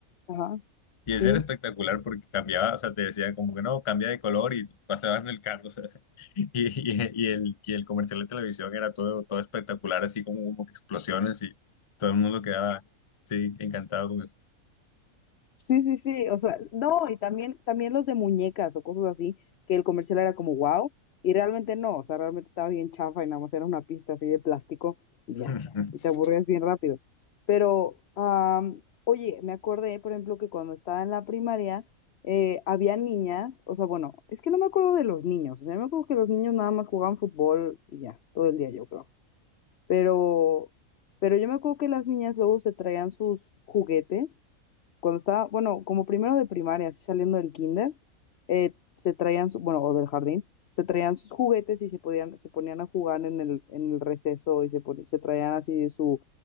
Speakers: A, on the left; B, on the left.
A: ajá,
B: Y ese
A: dime.
B: era espectacular porque cambiaba, o sea, te decían como que no, cambia de color y pasaban el carro, o sea, <laughs> y, y- y el, y el comercial de televisión era todo, todo espectacular, así como, como que explosiones y todo el mundo quedaba, sí, encantado con eso.
A: Sí, sí, sí, o sea, no, y también, también los de muñecas o cosas así, que el comercial era como wow, y realmente no, o sea, realmente estaba bien chafa y nada más era una pista así de plástico y ya,
B: <laughs>
A: y te aburrías bien rápido. Pero, am, oye, me acordé, por ejemplo, que cuando estaba en la primaria, eh, había niñas, o sea, bueno, es que no me acuerdo de los niños, o sea, me acuerdo que los niños nada más jugaban fútbol y ya, todo el día yo creo, pero, pero yo me acuerdo que las niñas luego se traían sus juguetes cuando estaba, bueno, como primero de primaria, así saliendo del kinder, eh, se traían, su- bueno, o del jardín, se traían sus juguetes y se podían, se ponían a jugar en el, en el receso y se, pon- se traían así de su,